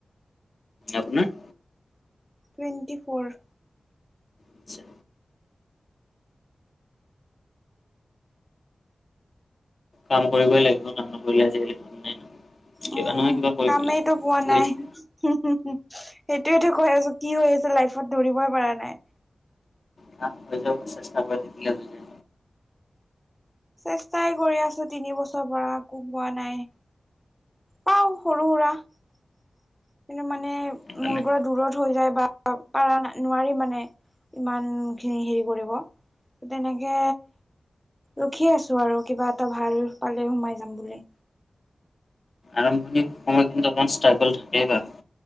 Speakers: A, on the left (about 60°); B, in the centre.
A: আপোনাৰ?
B: Twenty four.
A: আচ্ছা। কাম কৰিবই লাগিব নকৰিলে আজিকালি কোনো নাই। কিবা
B: উম
A: নহয় কিবা কৰিবই
B: কামেই ত পোৱা নাই।
A: লাগিব।
B: হু হু হু সেইটোৱেতো কৈ আছো কি হৈ আছে লাইফত ধৰিবই পৰা নাই।
A: কাম হৈ যাব চেষ্টা কৰি থাকিলে বুজে।
B: চেষ্টাই কৰি আছো তিনি বছৰ পৰা একো পোৱা নাই। পাও সৰু সুৰা কিন্তু মানে
A: সেইকাৰণে
B: মোৰ পৰা দূৰত হৈ যায় বা পাৰা নোৱাৰি মানে ইমান খিনি হেৰি কৰিব। তেনেকে ৰখি আছো আৰু কিবা এটা ভাল পালে সোমাই যাম বুলি।
A: আৰম্ভণিৰ সময়খিনিত অকমান ষ্ট্ৰাগল থাকে বাৰু।